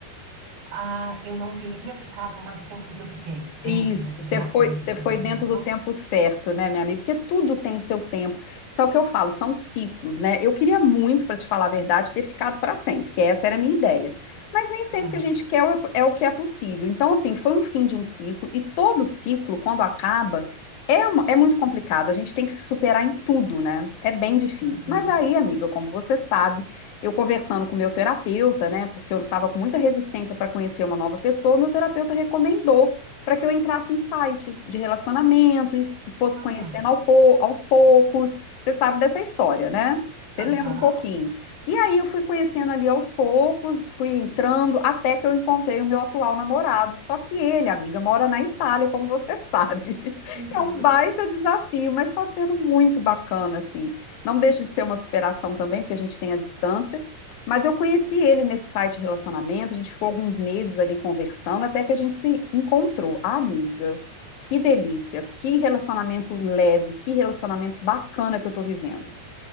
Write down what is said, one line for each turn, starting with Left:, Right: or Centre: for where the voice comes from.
Right: ah, eu não teria ficado mais tempo do que eu fiquei dentro
Left: Isso,
Right: desses
Left: você
Right: relacionamentos,
Left: foi, você foi
Right: entendeu?
Left: dentro do tempo certo, né, minha amiga? Porque tudo tem o seu tempo. Só que eu falo, são ciclos, né? Eu queria muito, para te falar a verdade, ter ficado para sempre, porque essa era a minha ideia. Mas nem sempre
Right: Hum,
Left: que a gente quer é o é o que é possível. Então, assim, foi um fim de um ciclo, e todo ciclo, quando acaba, é, uma- é muito complicado. A gente tem que se superar em tudo, né? É bem difícil.
Right: uhum,
Left: Mas aí, amiga, como você sabe, eu conversando com o meu terapeuta, né? Porque eu estava com muita resistência para conhecer uma nova pessoa, meu terapeuta recomendou para que eu entrasse em sites de relacionamento, e fosse
Right: hum,
Left: conhecendo ao pou- aos poucos. Você sabe dessa história, né? Você
Right: aham,
Left: lembra um pouquinho. E aí eu fui conhecendo ali aos poucos, fui entrando até que eu encontrei o meu atual namorado. Só que ele, amiga, mora na Itália, como você sabe. <laughs>
Right: uhum.
Left: É um baita desafio, mas está sendo muito bacana, assim. Não deixa de ser uma superação também, porque a gente tem a distância. Mas eu conheci ele nesse site de relacionamento, a gente ficou alguns meses ali conversando, até que a gente se encontrou. Ah, amiga, que delícia, que relacionamento leve, que relacionamento bacana que eu tô vivendo.